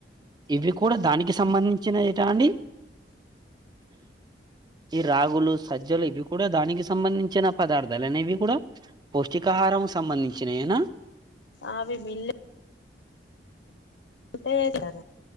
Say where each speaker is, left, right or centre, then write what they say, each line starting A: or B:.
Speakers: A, on the right (about 25°); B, on the left (about 80°).
A: ఇవి కూడా దానికి సంబంధించిన ఏట అండి ఈ రాగులు సజ్జలు ఇవి కూడా దానికి సంబంధించిన పదార్థాలేన ఇవి కూడా పౌష్టికాహా ఆరం సంబంధించినైనా
B: ఆవి మిల్లే టేసర